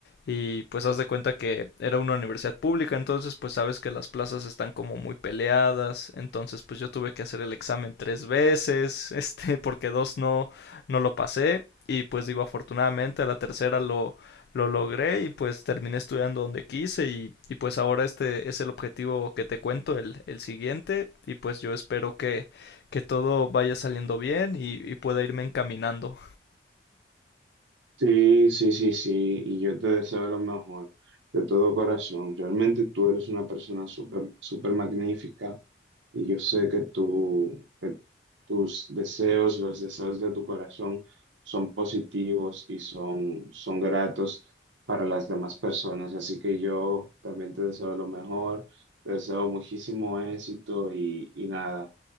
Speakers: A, on the left; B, on the right.
A: y pues haz de cuenta que era una universidad pública, entonces pues sabes que las plazas están como muy peleadas, entonces pues yo tuve que hacer el examen tres veces, <laughs> este, porque dos no, no lo pasé, y pues digo afortunadamente a la tercera lo, lo logré y pues terminé estudiando donde quise y, y pues ahora este es el objetivo que te cuento el, el siguiente y pues yo espero que, que todo vaya saliendo bien y, y pueda irme encaminando.
B: Sí, sí, sí, sí, y yo te deseo lo mejor de todo corazón. Realmente tú eres una persona súper, súper magnífica y yo sé que, tú, que tus deseos, los deseos de tu corazón son positivos y son, son gratos para las demás personas. Así que yo también te deseo lo mejor, te deseo muchísimo éxito y, y nada